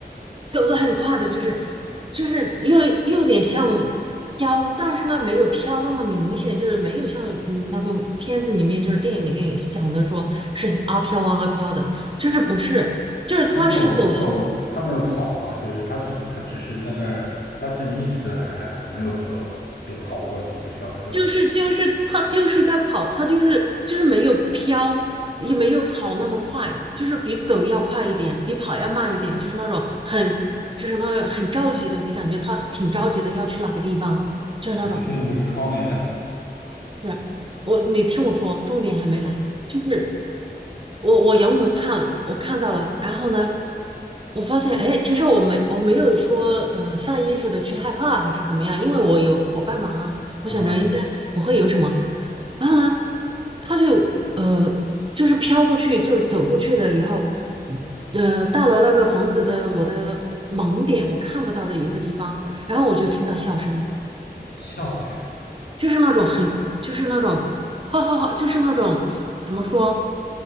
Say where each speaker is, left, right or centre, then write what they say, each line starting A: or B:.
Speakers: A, on the right (about 30°); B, on the left (about 70°).
A: 走得很快的，就是就是又又有点像飘，但是呢没有飘那么明显，就是没有像嗯那个片子里面就是电影里面讲的说是阿飘啊阿飘的，就是不是，就是他是走的。
B: 他没有，他没有，他没有跑嘛，就是他只他只是在那儿，他只一直在那儿站着，没有说就跑过去就消失了。
A: 就是就是他就是在跑，他就是就是没有飘，也没有跑那么快，就是比走要快一点，比跑要慢一点，就是那种很就是那种很着急的，你感觉他挺着急的要去哪个地方，就是那种。
B: 你确定不是窗帘？
A: 对啊，我你听我说，重点还没来，就是我我仰头看了，我看到了，然后呢，我发现，哎，其实我没我没有说呃下意识的去害怕还是怎么样，因为我有伙伴嘛啊，我想着应该不会有什么。
B: 嗯，
A: 然后呢，他就呃就是飘过去，就是走过去了以后，呃到了那个房子的我的盲点，我看不到的一个地方，然后我就听到笑声，
B: 笑声，
A: 就是那种很就是那种哈哈哈，就是那种怎么说，